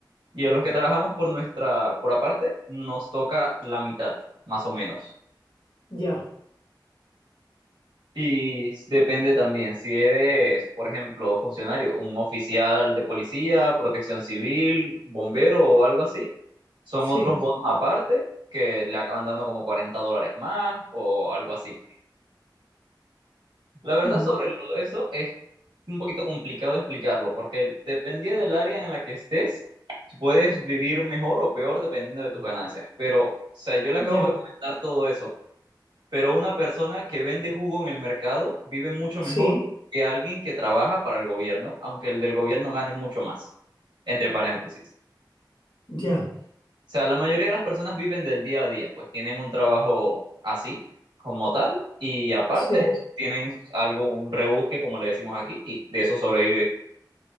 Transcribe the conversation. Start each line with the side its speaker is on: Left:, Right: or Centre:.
Right: Y a los que trabajamos por nuestra, por aparte, nos toca la mitad, más o menos.
Left: ya,
Right: Y depende también si eres, por ejemplo, funcionario, un oficial de policía, protección civil, bombero o algo así. Son
Left: sí,
Right: otros bonos aparte que le acaban dando como 40 dólares más o algo así. pues. La verdad sobre
Left: ma-
Right: lo- eso es un poquito complicado explicarlo porque dependiendo del área en la que estés, puedes vivir mejor o peor dependiendo de tus ganancias. Pero, o sea, yo le acabo
Left: ya,
Right: de comentar todo eso pero una persona que vende jugo en el mercado vive mucho
Left: sí,
Right: mejor que alguien que trabaja para el gobierno, aunque el del gobierno gane mucho más. Entre paréntesis.
Left: ya,
Right: O sea, la mayoría de las personas viven del día a día, pues tienen un trabajo así, como tal, y aparte
Left: sí,
Right: tienen algo, un rebusque, como le decimos aquí, y de eso sobrevive